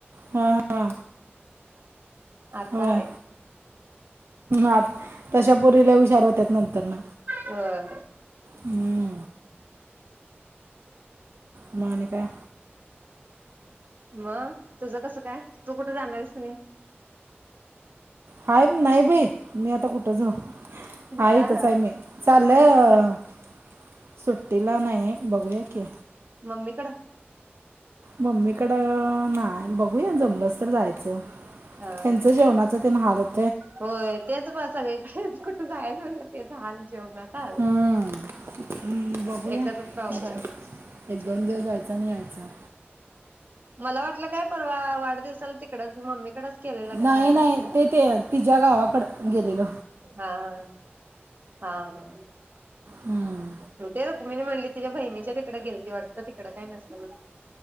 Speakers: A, on the right; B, on the right.
A: हा हा
B: आता
A: होय
B: हाय.
A: आता <inaudible> पोरीला विचार <inaudible> <unintelligible>
B: होय
A: हम्म मग आणि काय?
B: मग तुझं कसं काय? तु कुठं जाणारायस कि नाही?
A: हाय नाही बाई मी आता कुठं जाऊ. हाय
B: काय
A: इथेच
B: ग
A: हाय मी चाललंय
B: सुट्टीला?
A: सुट्टी तिला नाही बघूया की
B: मम्मीकड
A: मम्मी कडं नाही. बघूया जमलंस तर जायचं.
B: हा
A: हयाचं जेवणाचं ते हाल <unintelligible>
B: होय तेच बघ सगळीकडे कुठं जायचं तेच हाल. जेवनाच हाल.
A: हम्म, हम्म, बघूया
B: एकच प्रॉब्लेमाय
A: जायचं एक दोन दिवस जायचं आणि यायचं
B: मला वाटलं काय परवा वाढदिवसाला तिकडंच मम्मीकडच केलेलं का
A: नाही
B: काय वाटलं
A: नाही ते ते तिच्या गावाकडं गेले ग.
B: हा हा हा हा
A: हम्म.
B: ते तिन म्हणली तिच्या बहिणीच्या तिकडं गेलती वाटतं तिकडं काय नसतं.